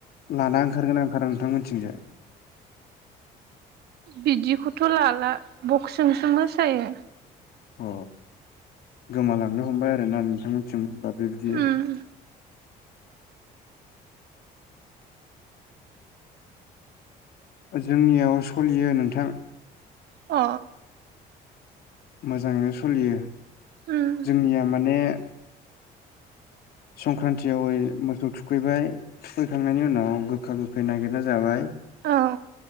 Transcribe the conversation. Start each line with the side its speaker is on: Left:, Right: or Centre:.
Left: लाना ओंखारगोन ना‌ ओंखारा नोंथांमोनिथिंजाय?
Right: बिदिखौथ' लाला बक्सजोंसो मोसायो
Left: अ गोमालांनो हमबाय आरोना नोंथांमोनथिंबो होनबा बिबदि
Right: उम
Left: जोंनिआव सलियो नोंथां
Right: अ
Left: मोजांयैनो सलियो
Right: उम
Left: जोंनिया माने संक्रान्तियाव ओरै मोसौ थुखैबाय थुखैखांनायनि उनाव गोखा गोखै नागिरना जाबाय
Right: औ